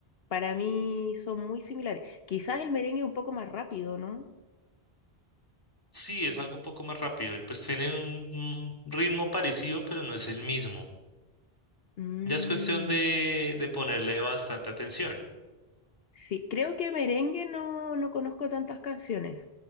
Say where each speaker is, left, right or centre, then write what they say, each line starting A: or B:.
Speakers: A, on the left; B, on the left.
A: Para mí son muy similares. Quizás el merengue es un poco más rápido, ¿no?
B: Sí, es algo un poco más rápido y pues tiene un, un ritmo parecido, pero no es el mismo.
A: Mm,
B: Ya es cuestión de, de ponerle bastante atención.
A: sí, creo que merengue no, no conozco tantas canciones.